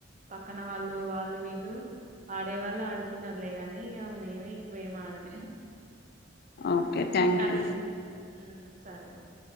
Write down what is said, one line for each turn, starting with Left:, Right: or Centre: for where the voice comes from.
Right: పక్కన వాళ్ళు వాళ్ళు వీళ్ళు ఆడే వాళ్ళు ఆడుతున్నారు లే కానీ ఇగ మేమేక్కువ ఏమి ఆడం
Left: ఓకే థ్యాంక్
Right: కానీ
Left: యూ
Right: ఉహ్ సరే